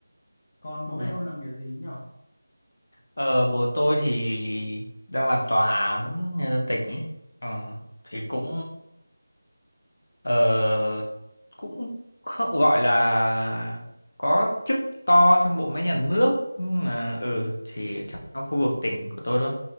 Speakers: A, on the left; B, on the left.
A: còn
B: ừ.
A: bố mẹ ông làm nghề gì nhỉ
B: Ờ, bố tôi thì đang làm tòa án nhân dân tỉnh ấy. Ờ, thì cũng ờ, cũng không gọi là có chức to trong bộ máy nhà nước nhưng mà ừ thì trong khu vực tỉnh của tôi thôi.